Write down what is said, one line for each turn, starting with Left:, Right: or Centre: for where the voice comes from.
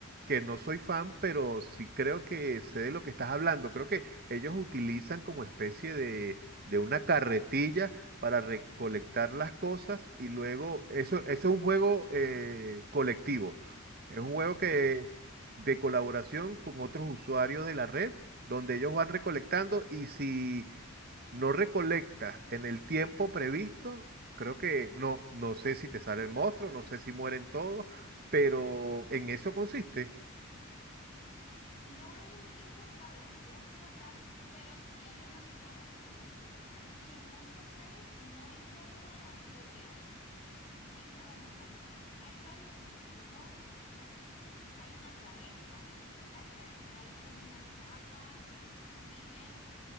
Right: que no soy fan, pero sí creo que sé de lo que estás hablando. Creo que ellos utilizan como especie de, de una carretilla para recolectar las cosas y luego,
Left: Ujú,
Right: eso, eso es un juego eh, colectivo, es un juego
Left: exacto.
Right: que de colaboración con otros usuarios de la red, donde ellos van recolectando y si no recolectas en el tiempo previsto, creo que no, no sé si te sale el monstruo, no sé si mueren todos, pero en eso consiste.
Left: A ver, no hay un tiempo establecido como tal, pero sí hay una cuota que tienes que llenar. Y los monstruos salen, no importa lo que hagas, siempre van a aparecer. Hay varios tipos de monstruos. Hay una cabeza que te ataca, hay como una capa que te persigue,